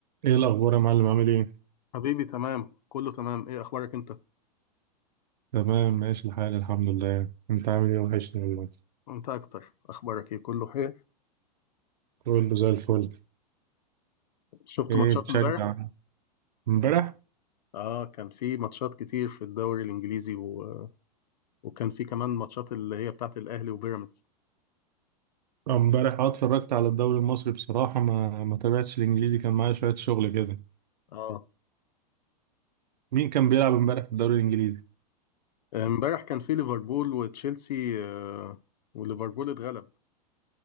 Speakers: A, on the right (about 85°); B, on the left (about 80°).
A: ايه الاخبار يا معلم عامل ايه
B: حبيبي تمام كله تمام ايه اخبارك انت
A: تمام ماشي الحال الحمد لله انت عامل ايه وحشني والله
B: انت اكتر اخبارك ايه كله خير
A: كله زي الفل
B: شفت
A: ايه
B: ماتشات
A: بتشجع
B: امبارح
A: امبارح
B: اه كان في ماتشات كتير في الدوري الانجليزي و... وكان في كمان ماتشات اللي هي بتاعت الاهلي وبيراميدز
A: آه، امبارح اه اتفرجت على الدوري المصري بصراحه ما ما تابعتش الانجليزي كان معايا شويه شغل كده
B: اه
A: مين كان بيلعب امبارح في الدوري الانجليزي
B: امبارح كان في ليفربول وتشيلسي آه، وليفربول اتغلب